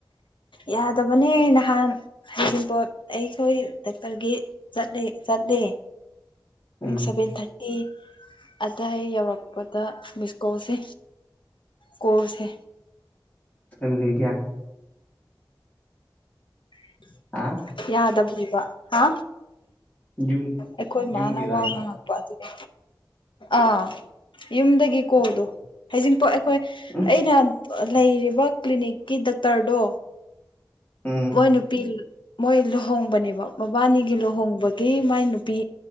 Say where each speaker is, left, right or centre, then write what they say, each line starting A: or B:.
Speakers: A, on the left; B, on the left.
A: ꯌꯥꯗꯕꯅꯦ ꯅꯍꯥꯟ ꯍꯡꯄꯣꯠ ꯑꯩꯈꯣꯏ ꯗꯥꯛꯇꯔꯒꯤꯠꯂ ꯆꯠꯂꯦ
B: ꯎꯝ
A: ꯎ ꯁꯚꯦꯟ ꯊꯥꯔꯇꯤ ꯑꯗꯥꯏ ꯌꯧꯔꯛꯄꯗ ꯃꯤꯁꯀꯣꯜꯁꯦ ꯀꯣꯜꯁꯦ
B: ꯐꯃꯤ ꯂꯩꯒꯌꯥ
A: <inaudible>
B: ꯍꯥ
A: ꯌꯥꯗꯕꯔꯤꯕ ꯍꯥ
B: ꯌꯨꯝ
A: ꯑꯩꯈꯣꯏ
B: ꯌꯨꯝꯒꯤꯔꯣ
A: ꯃꯥꯅ ꯋꯥ
B: ꯍꯥꯏꯁꯦ
A: ꯉꯥꯡꯉꯛꯄ ꯑꯗꯨꯗꯤ ꯑꯥ ꯌꯨꯝꯗꯒꯤ ꯀꯣꯜꯗꯣ ꯍꯖꯤꯡꯄꯣꯛ ꯑꯩꯈꯣꯏ
B: ꯎꯝ
A: ꯑꯩꯅ ꯂꯩꯔꯤꯕ ꯀ꯭ꯂꯤꯅꯤꯛꯀꯤ ꯗꯣꯛꯇꯔꯗꯣ
B: ꯎꯝ
A: ꯃꯣꯏ ꯅꯨꯄꯤ ꯃꯣꯏ ꯂꯨꯍꯣꯡꯕꯅꯦꯕ ꯃꯕꯥꯅꯤꯒꯤ ꯂꯨꯍꯣꯡꯕꯒꯤ ꯃꯥꯏ ꯅꯨꯄꯤ